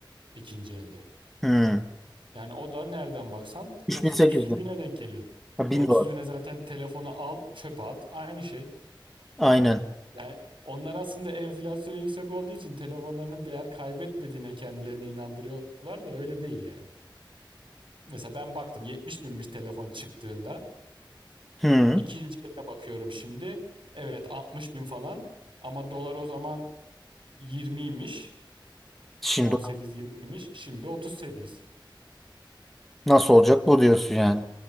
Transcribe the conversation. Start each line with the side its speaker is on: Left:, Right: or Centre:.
Right: ikinci elde.
Centre: Hmm.
Right: Yani o da nereden baksan
Centre: 3800.
Right: 30 küsür bine denk geliyor.
Centre: Ha,
Right: E
Centre: 1000
Right: 30
Centre: dolar.
Right: bine zaten telefonu al çöpe at aynı şey.
Centre: Aynen.
Right: Yani onlar aslında enflasyon yüksek olduğu için telefonlarının değer kaybetmediğine kendilerini inandırıyorlar da öyle değil yani. Mesela ben baktım 70 binmiş telefon çıktığında.
Centre: Hmm.
Right: İkinci eline bakıyorum şimdi. Evet 60 bin falan ama dolar o zaman 20'ymiş.
Centre: Şimdi
Right: 18-20'ymiş. Şimdi 38.
Centre: nasıl olacak bu diyorsun yani.